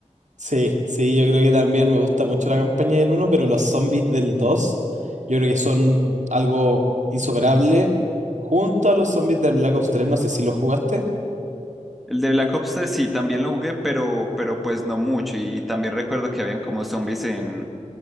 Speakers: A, on the right; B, in the centre.
A: Sí, sí, yo creo que también me gusta mucho la campaña del uno pero los zombies del 2 yo creo que son algo insuperable. Junto a los zombies del Black Ops 3 no sé si los jugaste.
B: El de Black Ops tres sí, también lo jugué, pero, pero pues no mucho. Y, y también recuerdo que habían como zombies en,